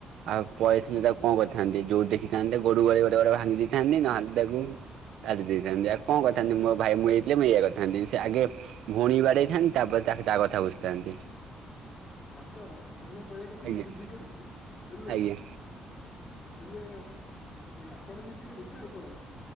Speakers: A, on the right; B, on the left.
A: ଆଉ ପଳେଇଥିଲେ ତାକୁ କଣ କରିଥାନ୍ତି ଯୋଉଠି ଦେଖିଥାନ୍ତେ ତାକୁ ଗୋଡ ବାଡେଇ ବାଡେଇ ଭାଙ୍ଗି ଦେଇଥାନ୍ତି। ନହେଲେ ତାକୁ କାଟି ଦେଇଥାନ୍ତି। ଆଉ କଣ କରିଥାନ୍ତି ମୋ ଭାଇ ମୁଁ ହେଇଥିଲେ ମୁଁ ଏଇଆ କରିଥାନ୍ତି। ସେ ଆଗେ ଭଉଣୀ କି ବାଡ଼େଇଥାନ୍ତି ତାପରେ ତାକୁ ତା କଥା ବୁଝିଥାନ୍ତି।
B: ଆଚ୍ଛା ବନ୍ଧୁ ତମ କହିବା କଥା
A: ଆଜ୍ଞା
B: ମୁଁ ବୁଝିପାରୁଛି ହେଲେ
A: ଆଜ୍ଞା
B: ହେଲେ ଆପଣ ବି ଟିକେ ବିଚାର କରନ୍ତୁ।